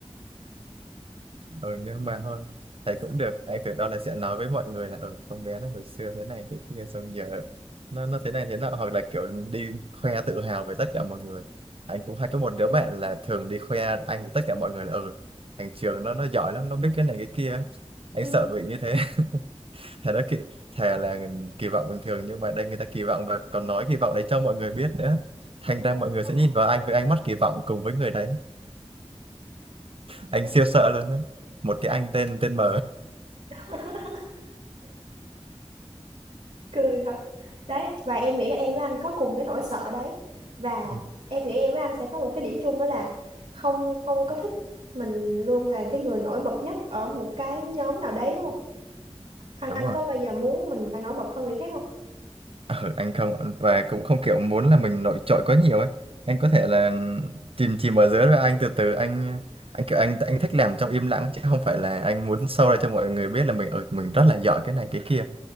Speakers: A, on the right; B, on the right.
A: ừ, nhưng mà thôi thầy cũng được anh tưởng đâu là sẽ nói với mọi người là ừ con bé này hồi xưa thế này thế kia xong giờ nó nó thế này thế nọ hoặc là kiểu đi khoe tự hào với tất cả mọi người anh cũng hay có một đứa
B: Ừ,
A: bạn là thường đi khoe anh với tất cả mọi người là ừ thằng trường nó nó giỏi lắm nó biết cái này cái kia
B: <laughs>
A: anh
B: ừ,
A: sợ bị như thế thà đó kỳ, thà là kỳ vọng bình thường nhưng mà đây người ta kỳ vọng và còn nói kỳ vọng đấy cho mọi người biết nữa thành
B: dạ,
A: ra mọi
B: đúng
A: người sẽ nhìn vào anh với ánh mắt kỳ vọng cùng với người đấy anh
B: rồi.
A: siêu sợ luôn đấy một cái anh tên tên M
B: <laughs> Cười thật. Đấy, và em nghĩ là em với anh có cùng cái nỗi sợ đấy. Và
A: Ừ,
B: em nghĩ em với anh sẽ có một cái điểm chung đó là không không có thích mình luôn là cái người nổi bật nhất ở một cái nhóm nào đấy đúng không? Anh
A: đúng
B: anh
A: rồi
B: có bao giờ muốn mình phải nổi bật hơn người khác không?
A: ừ, anh không và cũng không kiểu muốn là mình nổi trội quá nhiều ấy anh có thể là chìm chìm ở dưới rồi anh từ từ anh anh kiểu anh anh thích làm trong im lặng chứ không phải là anh muốn show ra cho mọi người biết là mình ở mình rất là giỏi cái này cái kia